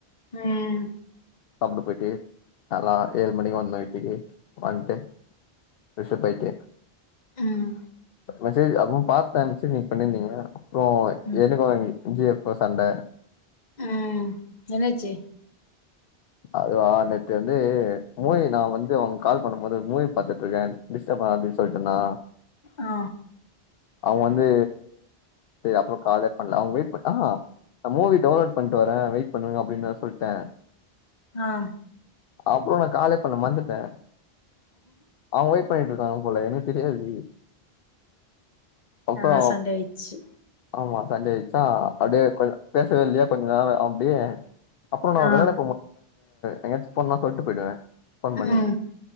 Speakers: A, on the left; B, on the left.
A: உம்
B: சாப்ட போயிட்டு நல்லா ஏழு மணிக்கு வந்தோ வீட்டுக்கு வந்துட்டு ப்ரஷ் அப் ஆய்ட்டு
A: உம்
B: மெசேஜ் அப்போ பாத்தே சரி நீங்க பண்ணிருந்தீங்க ஓ
A: ம்
B: எனக்கு வந் இப்போ சண்ட
A: உம் என்னாச்சு
B: அதுவா நேத்து வந்து மோயி நா வந்து அவங் கால் பண்ணு போது மூவி பாத்துட்டு இருக்கே டிஸ்ட்பாது அப்டின் சொல்ட்டனா
A: ஆ
B: அவுங்க வந்து அப்றோ காலே பண்ணல அவுங்க வெயிட் பண்ண ஆஹ மூவி டவுன்லோட் பண்ணிட்டு வரே வெயிட் பண்ணுங்க அப்டின்னு நா சொல்ட்டே
A: ஆ
B: அப்றோ நா காலே பண்ணல மரந்த அவுங்க பண்ணிட்டு இருக்காங்க போல எனக்கு தெரியாது அப்புறோ
A: ஆ சண்டயாயிச்சு
B: ஆமா சண்டே ஆயிச்சா அப்டியே கொஞ்ச ஓ பேசவே இல்லயா கொஞ்சோ நேரோ அப்டியே அப்றோ நா
A: ஆ
B: வெளயாட எங்காச்சு போலான்னா சொல்லிட்டு போயிடுவே ஃபோன் பண்ணிங்க
A: ம்